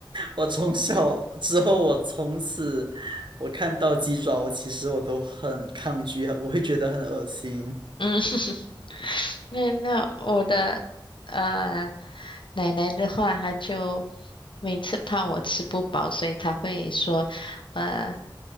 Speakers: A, on the right; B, on the left.
A: 我从小之后，我从此我看到鸡爪，我其实我都很抗拒，我会觉得很恶心。
B: 嗯，<laughs> 那那我的呃奶奶的话，她就每次怕我吃不饱，所以她会说，呃，